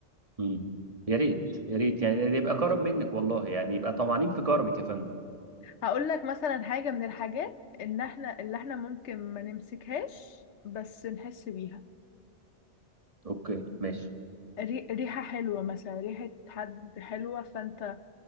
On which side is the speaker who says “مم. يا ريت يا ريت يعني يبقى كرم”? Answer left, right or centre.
Right